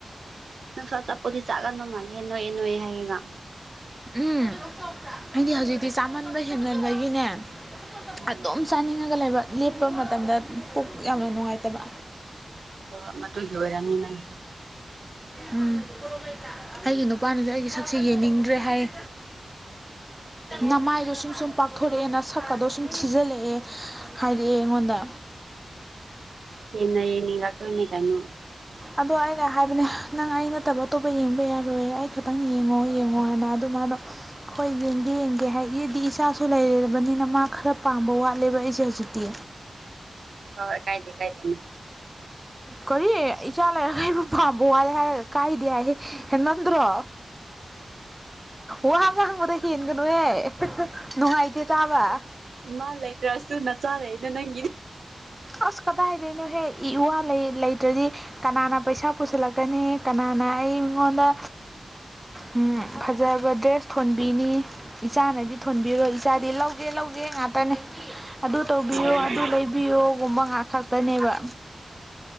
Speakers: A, on the right; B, in the centre.
A: ꯅꯡꯁꯨ ꯑꯆꯥꯄꯣꯠꯇꯤ ꯆꯥꯒꯟꯕ ꯃꯥꯜꯂꯦꯍꯦ ꯅꯣꯏꯌꯦ ꯅꯣꯏꯌꯦ ꯍꯥꯏꯌꯦꯒ
B: ꯎꯝ ꯑꯩꯗꯤ ꯍꯧꯖꯤꯛꯇꯤ ꯆꯥꯃꯟꯕ ꯍꯦꯃꯟꯕꯒꯤꯅꯦ
A: ꯎꯝ
B: ꯑꯗꯨꯝ ꯆꯥꯅꯤꯡꯉꯒ ꯂꯩꯕ ꯂꯦꯞꯄ ꯃꯇꯝꯗ ꯄꯨꯛ ꯌꯥꯝꯅ ꯅꯨꯡꯉꯥꯏꯇꯕ
A: ꯑꯣ ꯃꯗꯨꯒꯤ ꯑꯣꯏꯔꯝꯅꯤ ꯅꯪꯖꯦ
B: ꯎꯝ ꯑꯩꯒꯤ ꯅꯨꯄꯥꯅꯖꯨ ꯑꯩꯒꯤ ꯁꯛꯁꯦ ꯌꯦꯡꯅꯤꯡꯗ꯭ꯔꯦ ꯍꯥꯏꯌꯦ
A: <inaudible>
B: ꯅꯃꯥꯏꯗꯣ ꯁꯨꯝ ꯁꯨꯝ ꯄꯥꯛꯊꯣꯔꯛꯑꯦ ꯅꯁꯛꯀꯗꯣ ꯁꯨꯝ ꯊꯤꯖꯤꯜꯂꯛꯑꯦ ꯍꯥꯏꯔꯛꯑꯦ ꯑꯩꯉꯣꯟꯗ
A: <inaudible> ꯍꯦꯟꯅ ꯌꯦꯡꯅꯤꯡ ꯉꯥꯛꯇꯣꯏꯅꯦ ꯀꯩꯅꯣ
B: ꯑꯗꯣ ꯑꯩꯅ ꯍꯥꯏꯕꯅꯦ ꯅꯪ ꯑꯩ ꯅꯠꯇꯕ ꯑꯇꯣꯞꯄ ꯌꯦꯡꯕ ꯌꯔꯣꯏ ꯑꯩ ꯈꯤꯇꯪ ꯌꯦꯡꯉꯣ ꯌꯦꯡꯉꯣꯅ ꯍꯥ ꯑꯗꯣ ꯃ ꯃꯗꯣ ꯍꯣꯏ ꯌꯦꯡꯒꯦ ꯌꯦꯡꯒꯦ ꯍꯥꯏ ꯑꯩꯗꯤ ꯏꯆꯥꯁꯨ ꯂꯩꯔꯕꯅꯤꯅ ꯃꯥ ꯈꯔ ꯄꯥꯝꯕ ꯋꯥꯠꯂꯦꯕ ꯑꯩꯖꯦ ꯍꯧꯖꯤꯛꯇꯤ
A: <inaudible> ꯍꯣꯏ ꯀꯥꯏꯗꯦ ꯀꯥꯏꯗꯦ
B: ꯀꯔꯤ ꯏꯆꯥ ꯂꯩꯔꯒ ꯑꯩꯕꯨ ꯄꯥꯝꯕ ꯋꯥꯏ ꯍꯥꯏꯔ ꯀꯥꯏꯗꯦ ꯍꯥꯏꯌꯦ ꯍꯦꯟꯃꯟꯗ꯭ꯔꯣ ꯋꯥ ꯑꯃ ꯍꯥꯡꯕꯗ ꯍꯦꯟꯒꯅꯨꯍꯦ ꯅꯨꯡꯉꯥꯏꯇꯦ ꯇꯕ
A: ꯃꯥ ꯂꯩꯇ꯭ꯔꯁꯨ ꯅꯆꯥ ꯂꯩꯗ ꯅꯪ
B: ꯑꯁ ꯀꯗꯥꯏꯗꯩꯅꯣꯍꯦ ꯏꯋꯥ ꯂꯩ ꯂꯩꯇ꯭ꯔꯗꯤ ꯀꯅꯥꯅ ꯄꯩꯁꯥ ꯄꯨꯁꯤꯜꯂꯛꯀꯅꯤ ꯀꯅꯥꯅ ꯑꯩꯉꯣꯟꯗ ꯎꯝ ꯐꯖꯕ ꯗ꯭ꯔꯦꯁ ꯊꯣꯟꯕꯤꯅꯤ ꯏꯆꯥꯅꯗꯤ ꯊꯣꯟꯕꯤꯔꯣꯏ ꯏꯆꯥꯗꯤ ꯂꯧꯒꯦ ꯂꯧꯒꯦ ꯒꯦ ꯉꯥꯇꯅꯤ ꯑꯗꯨ ꯇꯧꯕꯤꯌꯨ
A: ꯍꯣꯏ ꯍꯣꯏ
B: ꯑꯗꯨ ꯂꯩꯕꯤꯌꯣꯒꯨꯝꯕ ꯉꯥꯛ ꯈꯛꯇꯅꯦꯕ